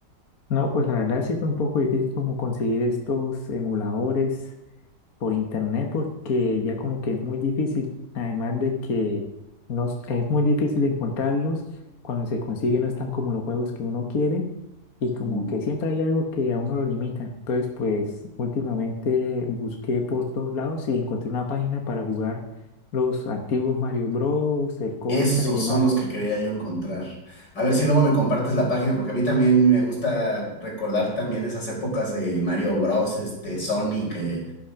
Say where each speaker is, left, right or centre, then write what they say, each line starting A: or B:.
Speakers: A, on the left (about 55°); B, on the left (about 75°).
A: No, pues la verdad sí fue un poco difícil como conseguir estos emuladores. por internet porque ya como que es muy difícil, además de que nos, es muy difícil encontrarlos, cuando se consigue no están como los juegos que uno quiere y como
B: Mm.
A: que siempre hay algo que a uno lo limita. Entonces pues últimamente busqué por todos lados y encontré una página para jugar los antiguos Mario Bros, el Contra
B: Esos
A: y demás.
B: son los que quería yo encontrar. A ver si luego me compartes la página, porque a mí también me gusta recordar también esas épocas de Mario Bros, este, Sonic, eh,